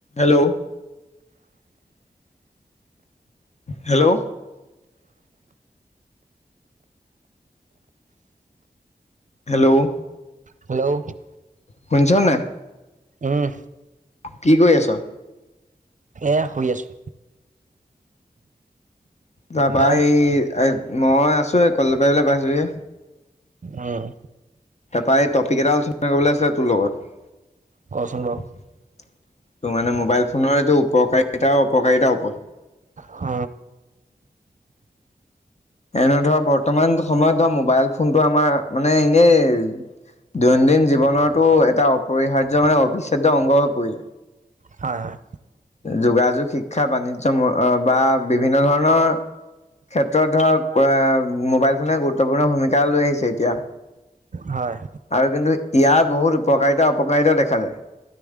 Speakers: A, on the left; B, on the right.
A: Hello, hello, hello,
B: hello,
A: শুনিছনে নাই?
B: উম,
A: কি কৰি আছ।
B: এয়া শুই আছো।
A: যাবা
B: তই?
A: সেই মই আছো এই কল পাৰীবলৈ পাইছোহি।
B: উম,
A: তাইৰ টপিক এটা আলোচনা কৰিবলৈ আছিলে তোৰ লগত।
B: কচোন বাৰু।
A: তোৰ মানে মোবাইল সোনৰ এইটো উপকাৰিতা অপকাৰিতাৰ ওপৰত,
B: হ
A: এনে ধৰ বৰ্তমান সময়ত ধৰ মোবাইল ফোনটো আমাৰ মানে এনেই দৈনন্দিন জীৱনতো এটা অপৰিহাৰ্য মানে অবিচ্ছেদ্য অংগ হৈ পৰিলে।
B: হয় হয়
A: যোগাযোগ শিক্ষা বাণিজ্য বা বিভিন্ন ধৰণৰ ক্ষেত্ৰত ধৰক মোবাইল ফোনে গুৰুত্বপূৰ্ণ ভূমিকা লৈ আহিছে এতিয়া।
B: হয়
A: আৰু কিন্তু ইয়াৰ বহুত উপকাৰিতা অপকাৰিতা দেখা যায়।